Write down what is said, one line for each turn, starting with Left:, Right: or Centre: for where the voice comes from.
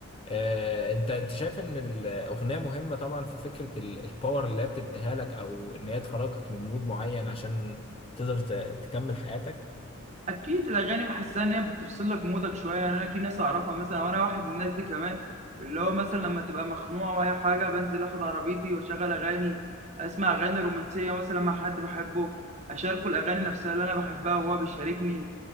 Left: آه، انت انت شايف ان الاغنيه مهمه طبعا في فكره ال- الباور اللي هي بتديها لك او ان هي تخرجك من مود معين عشان تقدر ت- تكمل حياتك
Right: اكيد الاغاني بحسها ان هي بتفصل لك مودك شويه يعني انا في ناس اعرفها مثلا وانا واحد من الناس دي كمان اللي هو مثلا لما تبقى مخنوقه ولا حاجه بنزل اخد عربيتي واشغل اغاني اسمع اغاني رومانسيه مثلا مع حد بحبه اشاركه الاغاني نفسها اللي انا بحبها وهو بيشاركني